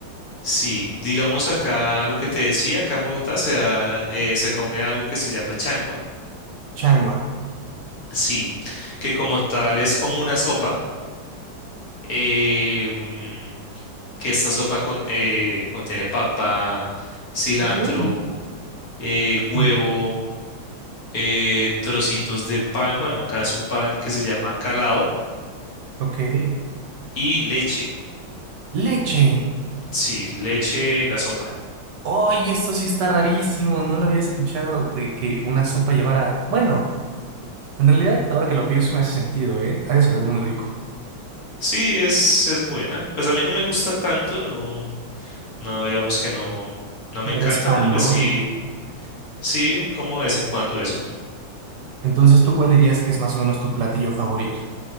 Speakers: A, on the left; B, on the right.
A: sí. Digamos acá lo que te decía, acá en Bogotá se da, eh, se come algo que se llama changua,
B: Changua.
A: sí, que como tal es como una sopa, eh, mm, que esta sopa con- eh, contiene papa, cilantro
B: Bien.
A: eh, huevo,
B: Uy,
A: eh, trocitos de pan, bueno, acá es un pan que se llama calado
B: ok.
A: y leche.
B: Leche.
A: Sí, leche en la sopa.
B: Oye, esto sí está rarísimo. No lo había escuchado de que una sopa llevara. Bueno, en realidad, ahora que lo pienso, me hace sentido, ¿eh? Ha de saber muy rico.
A: Sí, es, es buena. Pues a mí no me gusta tanto, no, no, digamos que no, no me
B: No
A: encanta,
B: eres fan,
A: pero pues
B: ¿no?
A: sí,
B: No.
A: sí, como de vez en cuando eso.
B: Entonces, ¿tú cuál dirías que es más o menos tu platillo favorito?